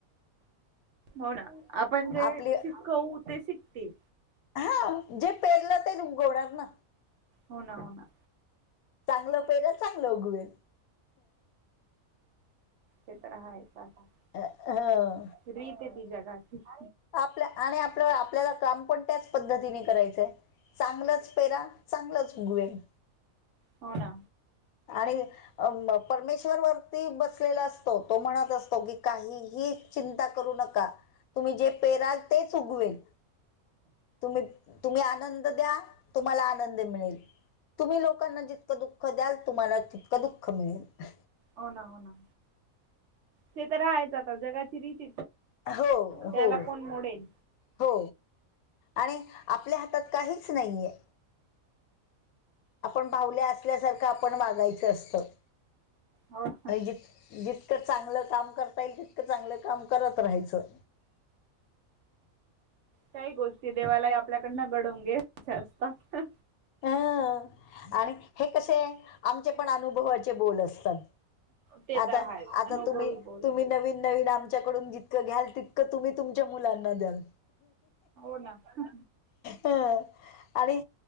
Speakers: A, on the right; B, on the left.
A: हो ना आपण जे
B: आपली
A: शिकवू ते शिकतील
B: हा जे पेरलं ते रुगवणार ना
A: हो ना हो ना
B: चांगलं पेर चांगलं उगवेल
A: ते तर आहेच आता
B: हा
A: <inaudible>
B: आपल्या आणि आपल्या आपल्याला काम पण त्याच पद्धतीने करायचंय चांगलंच पेरा चांगलंच उगवेल
A: हो ना
B: आणि परमेश्वर वरती बसलेला अस तो म्हणत असतो की काहीही चिंता करू नका तुम्ही जे पेराल तेच उगवेल तुम्ही तुम्ही आनंद द्या तुम्हाला आनंद मिळेल तुम्ही लोकांना जितकं दुःख द्याल तुम्हाला तितकं दुःख मिळेल
A: हो ना हो ना ते तर राहायचंात जगाची रिच
B: हो हो
A: त्याला कोण मोडेल
B: हो आणि आपल्या हातात काहीच नाहीये. आपण भावल्या असल्यासारखं आपण वागायचं असतं
A: हो ना
B: आणि जी जितकं चांगलं काम करता येईल तितकं चांगलं काम करत राहायचं.
A: काही गोष्टी देवाला ही आपल्याकडं घडवून घ्यायच्या असतात.
B: हं. आणि हे कसे आमचे पण अनुभवाचे बोल असतात.
A: ते
B: आता
A: तर आहेच
B: आता
A: अनुभवी
B: तुम्ही
A: बोल
B: तुम्ही
A: बोल.
B: नवीन नवीन आमच्याकडून जितकं घ्याल तितकं तुम्ही तुमच्या मुलांना द्याल.
A: हा हा हो
B: अ आणि